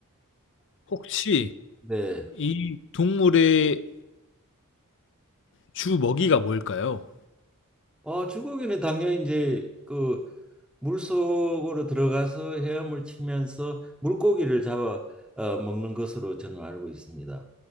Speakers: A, on the left (about 55°); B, in the centre.
A: 혹시
B: 네.
A: 이 동물의 주 먹이가 뭘까요?
B: 어, 주고기는 당연히 이제 그 물속으로 들어가서 헤엄을 치면서 물고기를 잡아 어, 먹는 것으로 저는 알고 있습니다.